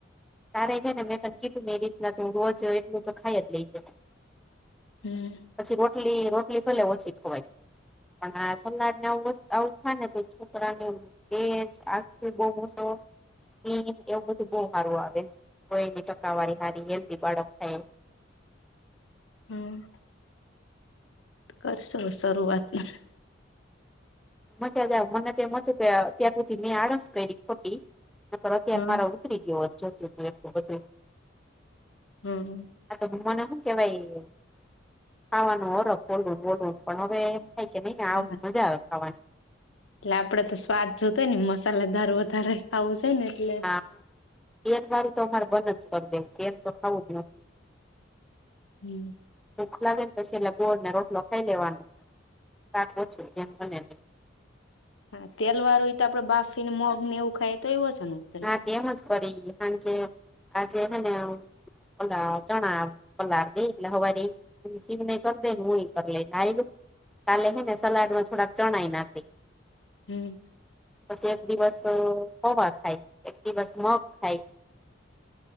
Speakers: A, in the centre; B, on the left.
A: તારે ને મેં ત કીધું મે એ રીતના તું રોજ એટલું તો ખાઈ જ લઈ જે ને.
B: હમ
A: પછી રોટલી રોટલી પેલા ઓછી ખવાય. પણ સનાજ ને બધૂ આવું થાય ને તો છોકરાને તેજ આખી બમસો. સ્કીન એવું બધું બહ સારું આવે ગયની ટકાવારી સારી હેલ્ધી બાળક થાય
B: હમ્મ કરશો શરૂઆતમાં
A: મજા જ મને તો એમ હતું કે અત્યાર સુધી મેં આળસ કરી ખોટી, નિતો અત્યારે
B: હમ
A: મારો કરી ગયો હતો <unintelligible>
B: હમ્મ.
A: આતો મને હું કેવાય, ખાવાનું હરખ બોલ બોલવ, પણ હવે કય કે નહી આવ
B: હા
A: મજા આવે ખાવાની
B: એટલે આપડે તો સ્વાદ જોતો હોય ને મસાલાદાર વધારે ખાવું જોઈ ને એટલે
A: હા એર વાળું તો અમારે બન જ કરી દેવું એમ તો ખાવું જ ન
B: હમ્મ
A: ભુખ લાગે ને તો છેલ્લે ગોળ ને રોટલો ખાઈ લેવાનો શાક ઓછું જેમ બને
B: હા, તેલ વાળું તો આપડે બાફી ને મગ ને એવું ખાઈએ તોએ વજન ઉતરે.
A: હા, તેમજ કરી હાંજે, હાંજે હું ઓલા ચણા પલાળ દઈ એટલે સવારે ઈ હું <unintelligible> ને કરી દે ને હું એ કરી લઈ <unintelligible> કાલે હે ને સલાડમાં થોડાક ચણાઈ નાખ દેઈ.
B: હમ્મ.
A: પસી એક દિવસ પૌવા ખાય. એક દિવસ મગ ખાય.